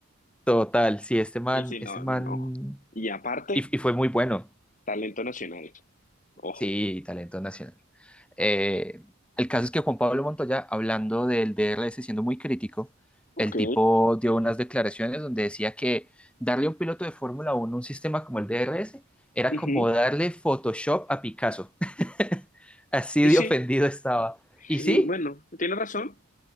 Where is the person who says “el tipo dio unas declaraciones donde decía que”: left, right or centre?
Centre